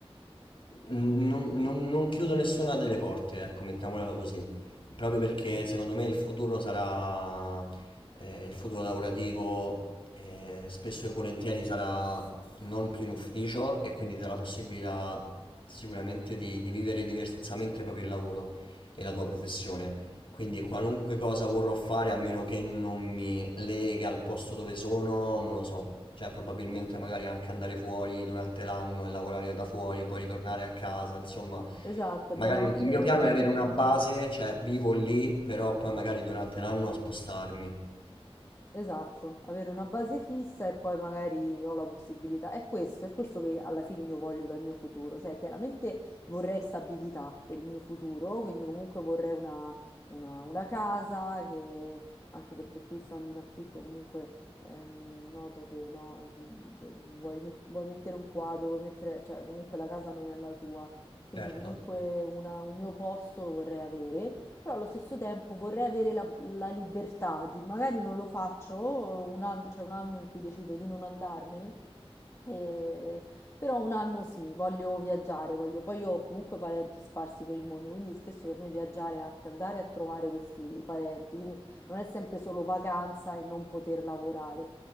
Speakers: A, on the left (about 60°); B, on the left (about 30°).
A: non, non- non chiudo nessuna delle porte, ecco, mettiamola così. Proprio perché secondo me il futuro sarà, eh, il futuro lavorativo, eh, spesso e volentieri sarà non più in ufficio e quindi ti dà la possibilità sicuramente di, di vivere diversamente proprio il lavoro e la tua professione. Quindi qualunque cosa vorrò fare, a meno che non mi lega al posto dove sono, non lo so. Cioè, probabilmente magari anche andare fuori durante l'anno e lavorare da fuori, poi ritornare a casa, insomma.
B: Esatto,
A: Magari
B: è bello anche
A: il mio piano è avere una base, cioè vivo lì, però poi magari durante l'anno spostarmi.
B: Esatto, avere una base fissa e poi magari ho la possibilità. È questo, è questo che alla fine io voglio dal mio futuro. Cioè, chiaramente vorrei stabilità per il mio futuro, quindi comunque vorrei una, una- una casa che, anche perché qui stando in affitto, comunque ehm, noto che no, mh, vuoi, met- vuoi mettere un quadro, vuoi mettere, cioè comunque la casa non è la tua. Quindi
A: Certo,
B: comunque una- un mio posto lo vorrei avere però allo stesso tempo vorrei avere la, la libertà di, magari non lo faccio un anno, cioè un anno in cui decido di non andarmene, eh, però un anno sì, voglio viaggiare, voglio, poi io ho comunque parenti sparsi per il mondo, quindi spesso per me viaggiare è anche andare a trovare questi parenti, quindi non è sempre solo vacanza e non poter lavorare.